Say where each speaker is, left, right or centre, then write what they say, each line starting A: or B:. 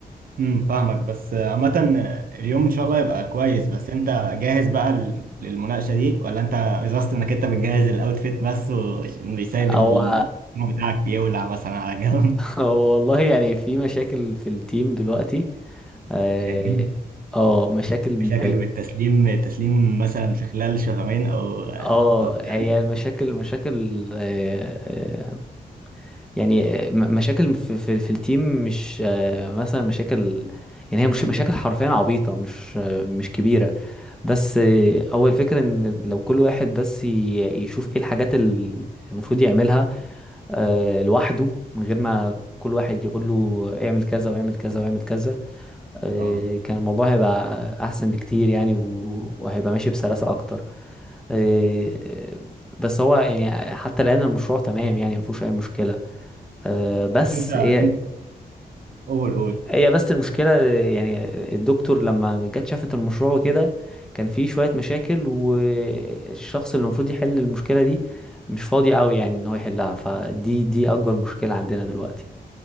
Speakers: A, on the right; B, in the centre.
A: امم فاهمك بس عامه اليوم ان شاء الله يبقى كويس بس انت جاهز بقى لل- للمناقشه دي ولا انت قصدت انك انت بتجهز الاوتفيت بس وسايب الفيلم
B: او <laughs>
A: بتاعك يولع مثلا على جنب
B: هو والله يعني في مشاكل في التيم دلوقتي اه
A: <laughs> مشاكل
B: آه، مشاكل
A: مشاكل والتسليم التسليم مثلا في خلال شهرين او
B: اه
A: او أقل.
B: هي المشاكل مشاكل آه، آه، يعني آه، م- مشاكل في, في, في التيم مش آه، مثلا مشاكل يعني هي مش مشاكل حرفيا عبيطة مش آه، مش كبيرة بس آه، هو الفكرة ان لو كل واحد بس ي- يشوف ايه الحاجات اللي المفروض يعملها آه، لوحده من غير ما كل واحد يقول له اعمل كذا واعمل كذا واعمل كذا آه،
A: اه
B: كان الموضوع هيبقى احسن بكتير يعني و- وهيبقى ماشي بسلاسة اكتر آه، آه، بس هو يعني حتى الان المشروع تمام يعني مفيهوش اي مشكلة آه، بس
A: انت
B: هي
A: انت قول قول
B: هي بس المشكلة يعني الدكتور لما جت شافت المشروع وكده كان فيه شوية مشاكل والشخص اللي المفروض يحل المشكلة دي مش فاضي قوي يعني ان هو يحلها فدي دي اكبر مشكلة عندنا دلوقتي